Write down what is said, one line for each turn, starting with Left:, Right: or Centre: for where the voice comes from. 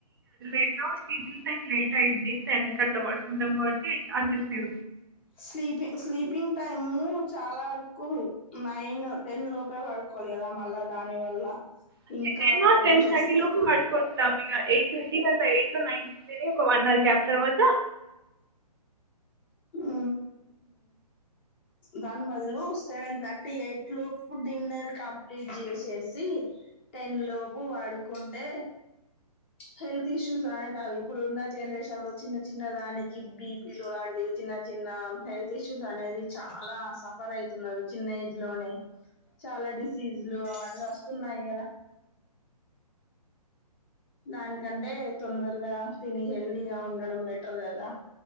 Right: అ నా స్లీపింగ్ టైమ్ నైట్ అయిది టెన్కి అట్లా పడుకుంటాం కాబట్టి అస్దు
Left: స్లీపింగ్ స్లీపింగ్ టైము చాలా వరకు నైన్ టెన్ లోపే పడుకోవాలి కదా మళ్ళా దాని వల్ల
Right: అంతే
Left: ఇంకా
Right: టెన్ ఆ
Left: ప్రాబ్లమ్స్
Right: టెన్ థర్టీ
Left: వస్తాయి
Right: లో బడుకుంటాం ఇంగ ఎయిట్ థర్టీ కంత ఎయిట్టు నైన్ తిని ఒక వన్ అవర్ గ్యాప్ తర్వాత
Left: ఊ దాని బదులు సెవెన్ థర్టీ ఎయిట్ లోపు డిన్నర్ కంప్లీట్ జేసేసి టెన్ లోపు పడుకుంటే హెల్త్ ఇష్యూస్ రానే రాదు ఇప్పుడున్న జనరేషన్ లో చిన్న చిన్న దానికి బీపిలు లాంటివి చిన్న చిన్న హెల్త్ ఇష్యూస్ అనేది చాలా సఫర్ అయితున్నారు చిన్న ఏజ్ లోనే చాలా డిసీజులు అవన్నీ వ సున్నాయి గదా దానికంటే తొందరగా తిని హెల్దీగా ఉండడం బెటర్ గదా